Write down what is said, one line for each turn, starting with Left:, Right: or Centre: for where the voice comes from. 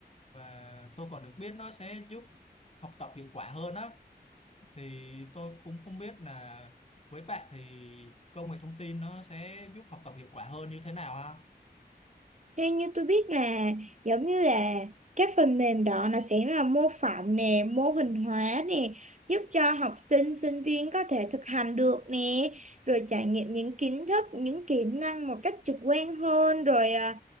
Left: và tôi còn được biết nó sẽ giúp học tập hiệu quả hơn á thì tôi cũng không biết là với bạn thì công nghệ thông tin nó sẽ giúp học tập hiệu quả hơn như thế nào ha
Right: Theo như tôi biết là giống như là các phần mềm đó nó sẽ là mô phỏng nè, mô hình hóa nè, giúp cho học sinh, sinh viên có thể thực hành được nè, rồi trải nghiệm những kiến thức, những kỹ năng một cách trực quan hơn, rồi à,